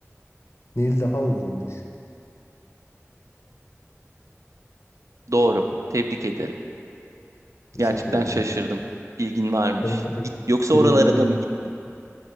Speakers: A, on the left; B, on the right.
A: Nil daha uzundur.
B: Doğru. Tebrik ederim.
A: Teşekkür
B: Gerçekten
A: ederim.
B: şaşırdım. Bilgin varmış.
A: Sonunda da
B: Git. Yoksa
A: gidebildim.
B: oralara da mı gittin?